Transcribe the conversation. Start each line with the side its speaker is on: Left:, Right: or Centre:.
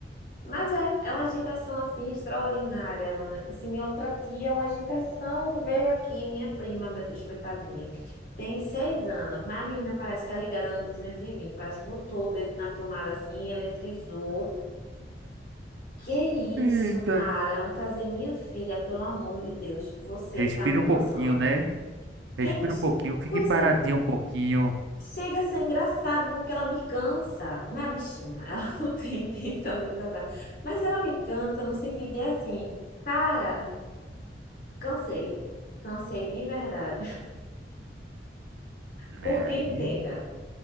Left: Mas é, é uma agitação assim extraordinária, Alan. Assim, minha outra tia, uma agitação veio aqui, minha prima, meu Deus, coitadinha. Tem seis anos, mas a menina parece que é ligada no 220, parece que botou o dedo na tomada assim, eletrizou. Que
Right: Eita.
Left: isso, cara? Não tá dizendo, minha filha, pelo amor de Deus, você
Right: Respira
Left: tá me
Right: um
Left: cansando.
Right: pouquinho, né? Respira
Left: É en-
Right: um pouquinho. Fique
Left: pois
Right: paradinho
Left: é,
Right: um pouquinho.
Left: chega a ser engraçado porque ela me cansa. Minha bichinha, ela <laughs> não tem intenção de me cansar, mas ela me cansa no sentido de assim, cara, cansei, cansei de verdade. Porque
Right: É, aí.
Left: entenda.